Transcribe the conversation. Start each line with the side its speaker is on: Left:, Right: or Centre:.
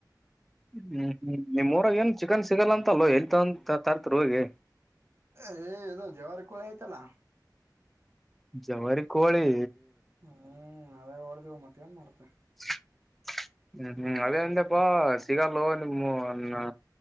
Centre: ಹ್ಮ್ ಹ್ಮ್ ನಿಮ್ಮೂರಾಗ ಏನ್ ಚಿಕನ್ ಸಿಗಲ್ಲ ಅಂತ ಅಲ್ಲೊ ಎಲ್ಲಿ ತನ್ ತರ್ತಿರಿ ಹೋಗಿ
Right: ಏಯ್ ಇದು ಜವಾರಿ ಕೂಳಿ ಐತಲ್ಲಾ
Centre: ಜವಾರಿ ಕೋಳೀ
Right: ಹ್ಮ್ ಅದಾ ಹೊಡಿದಿವ್ ಮತ್ತೆನ್ ಮಾಡ್ತಿ
Centre: <unintelligible> ಹ್ಮ್ ಹ್ಮ್ ಅದ ಅಂದೆಪ್ಪಾ ಸಿಗಲ್ಲೊ ನಿಮ್ಮು ಅನ್ನಾ